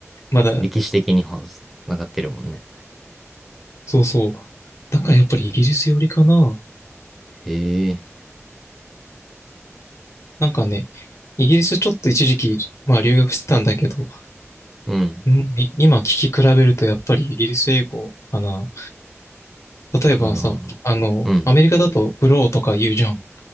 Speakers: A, on the left; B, in the centre.
A: まだ、
B: 歴史的にも繋がってるもんね。
A: そうそう。だからやっぱりイギリス寄りかな。
B: へえ、
A: なんかね、イギリスちょっと一時期、まあ留学してたんだけど、
B: うん。
A: うんい今聞き比べるとやっぱりイギリス英語かな。例えばさ、
B: なるほど。
A: あの、
B: うん。
A: アメリカだとブローとか言うじゃん。